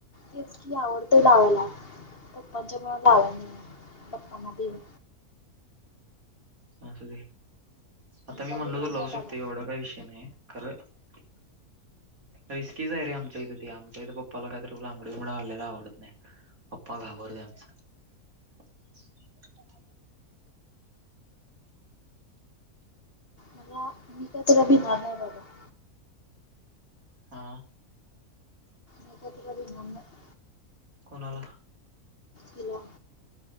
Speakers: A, on the left (about 40°); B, on the right (about 65°).
A: तेच की आवडतय लावायला पण पप्पांच्या मूळ लावायला नाही पप्पांना देईन
B: असू दे, आता मी
A: काय
B: म्हणलो
A: भिणार
B: तर
A: नाही
B: लावू
A: बाबा
B: शकतोय एवढा काय विषय नाही खरं <inaudible> रिस्कीच आहे रे आमच्या इथं ते आमच्या इथं पप्पाला कायतरी लांबडंबिंबड आलेल आवडत नाही पप्पा घाबरत्यात. <unintelligible>
A: मला, मी काय तुला भिणार नाही बाबा <inaudible>
B: हा
A: मी काय तुला भिणार नाही <inaudible>
B: कोणाला?
A: हिला